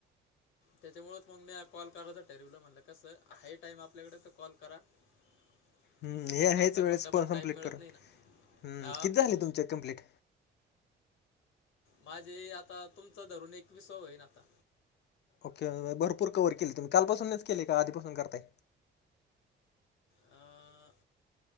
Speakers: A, on the left; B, on the left.
A: त्याच्यामुळे मग मिया कॉल करायचं ठरवलं म्हणलं कसं आहे टाइम आपल्याकडे तर कॉल करा <inaudible> <unintelligible>
B: हम हे आहेच
A: नंतर
B: वेळेस
A: मग डबल
B: प कमप्लीट
A: टाईम मिळत
B: कर हम
A: नाही ना हा
B: किती झाले तुमचे कम्प्लीट?
A: माझे आता तुमचं धरून एकवीसव होईन आता.
B: ओके भरपूर कववर केले तुम्ही. कालपासूनच केले का, आधीपासून करताय?
A: अं,